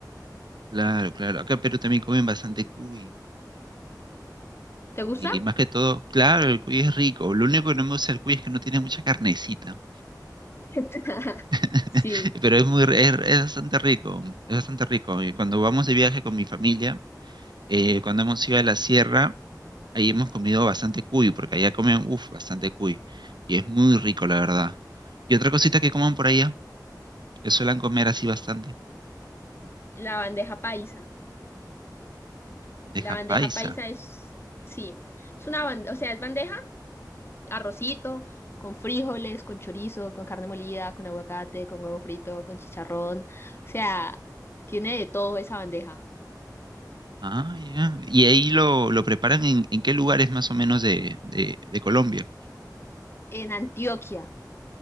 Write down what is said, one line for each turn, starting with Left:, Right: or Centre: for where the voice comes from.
Right: Claro, claro. Acá en Perú también comen bastante cuy.
Left: ¿Te
Right: Y
Left: gusta?
Right: más que todo, claro, el cuy es rico. Lo único que no me gusta del cuy es que no tiene mucha carnecita.
Left: <laughs>
Right: <laughs>
Left: Sí,
Right: Pero es muy, r- es, es bastante rico, es bastante rico. Y cuando vamos de viaje con mi familia, eh, cuando hemos ido a la sierra, Ahí hemos comido bastante cuy, porque allá comen, uff, bastante cuy. Y es muy rico, la verdad. Y otra cosita que coman por allá, que suelen comer así bastante,
Left: la bandeja paisa.
Right: bandeja
Left: La bandeja
Right: paisa.
Left: paisa es, sí, es una bandeja, o sea, es bandeja, arrocito, con frijoles, con chorizo, con carne molida, con aguacate, con huevo frito, con chicharrón. O sea, tiene de todo esa bandeja.
Right: Ah, ya. Y ahí lo, lo preparan en, en qué lugares más o menos de, de, de Colombia.
Left: En Antioquia.